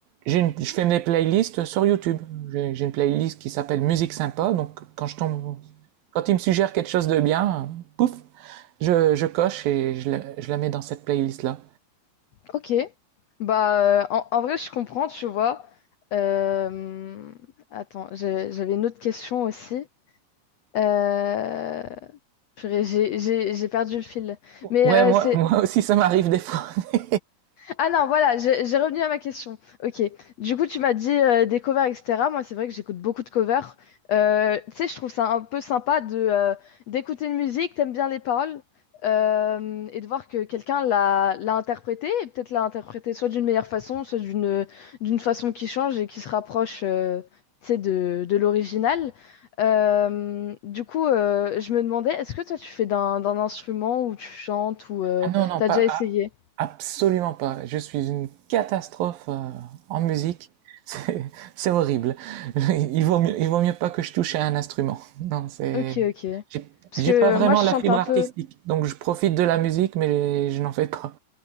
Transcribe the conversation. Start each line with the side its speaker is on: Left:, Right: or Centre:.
Right: j'ai une- je fais mes playlists sur YouTube. J'ai j'ai une playlist qui s'appelle Musique sympa, donc quand je tombe, quand il me suggère quelque chose de bien, euh, pouf, je, je coche et je, je la mets dans cette playlist-là.
Left: Ok. Bah, euh, en, en vrai, je comprends, tu vois. Euh, Attends, j'ai- j'avais une autre question aussi. Euh... purée, j'ai j'ai- j'ai perdu le fil. Mais
Right: Ouais, moi,
Left: euh, c'est
Right: moi aussi, ça m'arrive des fois. <laughs>
Left: Ah non, voilà, j'ai j'ai revenu à ma question. Ok. Du coup, tu m'as dit euh, des covers, etc. Moi, c'est vrai que j'écoute beaucoup de covers. Euh, tu sais, je trouve ça un peu sympa de euh, d'écouter une musique, t'aimes bien les paroles, euh, et de voir que quelqu'un l'a l'a interprétée, et peut-être l'a interprétée soit d'une meilleure façon, soit d'une d'une façon qui change et qui se rapproche, euh, tu sais, de, de l'original. Euh, du coup, euh, je me demandais, est-ce que toi, tu fais d'un d'un instrument ou tu chantes ou euh,
Right: Ah non, non,
Left: t'as
Right: pas,
Left: déjà essayé?
Right: ah, absolument pas. Je suis une catastrophe euh, en musique. <laughs> C'est c'est horrible. <laughs> Il vaut mieux, il vaut mieux pas que je touche à un instrument. Non, c'est,
Left: Ok, ok.
Right: j'ai
Left: Parce
Right: j'ai
Left: que euh,
Right: pas vraiment
Left: moi, je
Right: la
Left: chante
Right: fibre
Left: un
Right: artistique.
Left: peu.
Right: Donc je profite de la musique, mais je n'en fais pas.